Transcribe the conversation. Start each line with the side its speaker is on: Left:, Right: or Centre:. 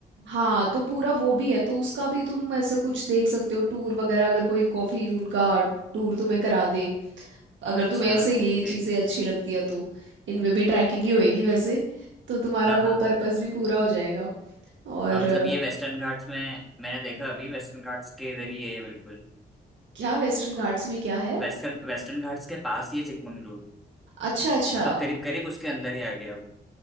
Right: हाँ, तो पूरा वो भी है तो उसका भी तुम ऐसे कुछ देख सकते हो टूर वगैरह अगर कोई कॉफी उनका टूर तुम्हें करा दे अगर
Centre: अच्छा
Right: तुम्हें ऐसे ये
Centre: ओके
Right: चीज़ें अच्छी लगती है तो इनमें भी ट्रैकिंग ही होएगी वैसे तो तुम्हारा
Centre: हाँ हाँ
Right: वो
Centre: हाँ
Right: पर्पस भी पूरा हो जाएगा और
Centre: हाँ मतलब
Right: अ,
Centre: ये वेस्टर्न घाट्स में मैंने देखा अभी वेस्टर्न घाट्स के इधर ही है ये बिल्कुल
Right: क्या वेस्टर्न घाट्स में क्या है
Centre: वेस्टर्न वेस्टर्न घाट्स के पास ही है चिकमंगलूर
Right: अच्छा अच्छा
Centre: मतलब करीब करीब उसके अंदर ही आ गया वो